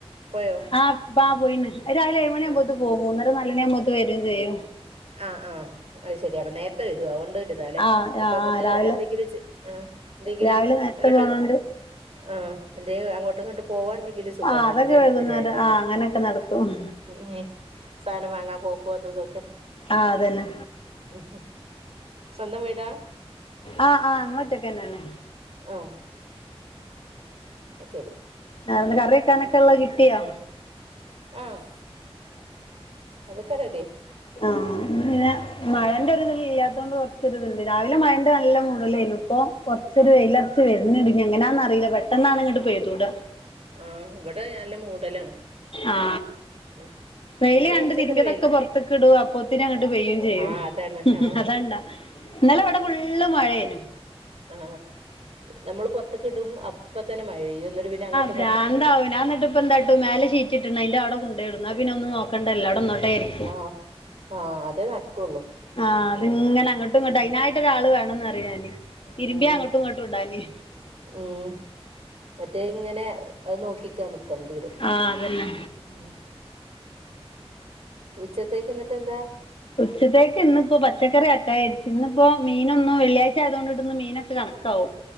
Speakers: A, on the right (about 70°); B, on the left (about 55°).
A: പോയോ
B: ആഹ് ആഹ് പോയി രാവില ഏഴണ ആകുമ്പോ
A: ആഹ്
B: പോം മൂന്നര നാല് മണ ആകുമ്പോ വരും ചെയ്യും
A: ആഹ് ആഹ് ആഹ് ശരി അപ്പ നേരത്തെ വരുവാ അതുകൊണ്ട് വരുതാ അല്ലെ
B: ആ
A: അപ്പൊ
B: ആ
A: നമുക്ക്
B: ആ രാവിലെ
A: എന്തെങ്കിലും ആഹ് എന്തെങ്കിലും
B: രാവിലെ നേരത്തെ
A: അങ്ങോട്ട്
B: പോണോണ്ട്
A: ആഹ് എന്തെ അങ്ങോട്ടും ഇങ്ങോട്ട് പോവാണ്ടെങ്കിലും സുഖണ
B: ആ അതൊക്കെ
A: നേരത്ത്
B: വൈകുന്നേരം
A: വരിയതോ
B: ആ അങ്ങനെയൊക്കെ നടക്കും
A: ഉം സാധനം വാങ്ങാൻ പോക്കും അത് ഇതൊക്കെ
B: ആഹ് അതന്നെ
A: ഉം ഉം സ്വന്തം വീടാ
B: ആഹ് ആഹ് അങ്ങോട്ടൊക്കെന്നാണ്
A: ആഹ് ആഹ് ശരി
B: ആ ഇന്ന് കറി വെക്കാനൊക്കെള്ളത്
A: ഉം
B: കിട്ടിയോ
A: ആഹ് അതൊക്ക റെഡി
B: ആഹ് പിന്നെ മഴേന്റെ ഒരിതില്ലാത്തോണ്ട് കുറച്ചൊരിതുണ്ട് രാവിലെ മയന്റെ നല്ല മൂഡല്ലേയിനു ഇപ്പൊ കുറച്ചൊരു
A: ആഹ്
B: വെയിലുറച്ച് വരണ്‌ണ്ട് ഇനി എങ്ങനാന്നറീല്ല പെട്ടെന്നാണ് ഇങ്ങട്
A: ആഹ്
B: പെയ്തൂട
A: ആഹ് ഇവിടെ നല്ല മൂടലാണ്
B: ആ
A: ഉം
B: വെയില്
A: ഇന്നലെ
B: കണ്ട്
A: കൊറച്ചൊക്കെ
B: <unintelligible>
A: ഒരു വെയിൽ
B: പുറത്തക്ക് ഇവിടു അപ്പോത്തന്നെ അങ്ങോട്ട് പെയ്യേം ചെയ്യും
A: ആഹ് അതാണ് ആഹ്
B: അതോണ്ടാ ഇന്നലെ ഇവിടെ ഫുള്ള് മഴേനു
A: ആ നമ്മള് പൊറത്ത്ക്ക്ടും അപ്പ തന്നെ മഴ പെയ്യും എന്നട്ട് പിന്നെ അങ്ങോട്ട്
B: പ്രാന്താവും ഞാന്നാട്ട് ഇപ്പ എന്താട്ടും മേലെ ഷീറ്റിട്ട്ണ് അതിന്റെ അവിടെ കൊണ്ടെയിടും ഇന്നാ പിന്നെ ഒന്നും നോക്കണ്ടല്ല അവിടെന്നോട്ടെയിരിക്കും
A: ആഹ് ആഹ് അതേ നടക്കുള്ളൂ
B: ആഹ് അത്ങ്ങന അങ്ങട്ടും ഇങ്ങട്ടും
A: ഉം
B: അതിനായിട്ട ഒരാള് വേണംന്ന് അറിയാന്ന് തിരുമ്പി
A: ഉം
B: അങ്ങോട്ടും ഇങ്ങോട്ടും ഇണ്ടാന്
A: ഉം മറ്റേ ഇങ്ങനെ അത് നോക്കിക്കാ നിക്കണ്ടി വരും
B: ആഹ് അതന്നെ
A: ഉം ഉച്ചത്തേക്ക് എന്നിട്ട് എന്താ
B: ഉച്ചേത്തേക് ഇന്ന് ഇപ്പോ പച്ചക്കറി ആക്ക വിചായിച്ച് ഇന്ന് ഇപ്പോ മീനൊന്നും വെള്ളിയാഴ്ച ആയതുകൊണ്ട്ട്ട് ഇന്ന് മീനൊക്കെ കണക്ക